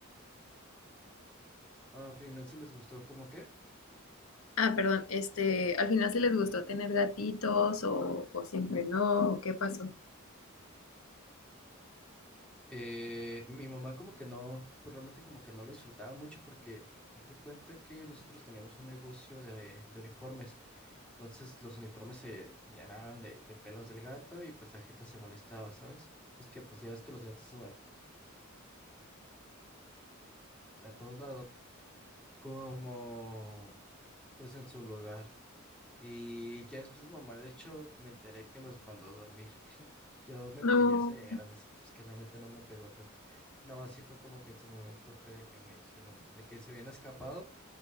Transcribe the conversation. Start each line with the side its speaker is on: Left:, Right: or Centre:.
Centre: a final si les gustó como que?
Left: Ah, perdón, este, al final sí les gustó tener gatitos o, o siempre no, ¿o ¿qué pasó?
Centre: Eh, mi mamá como que no, pues realmente como que no lo disfrutaba mucho porque haz de cuenta que nosotros teníamos un negocio de, de uniformes. Entonces los uniformes se llenaban de, de pelos del gato y pues la gente se molestaba, ¿sabes? Es que pues ya ves que los gatos se a todos lados, como pues en su lugar. Y ya después mi mamá, de hecho, me enteré que los mandó a dormir. Yo me enteré
Left: No,
Centre: ya se grande, así que, pues que realmente no me pegó tanto. Nada más sí fue como que en su momento fue de que me dijeron de que se habían escapado,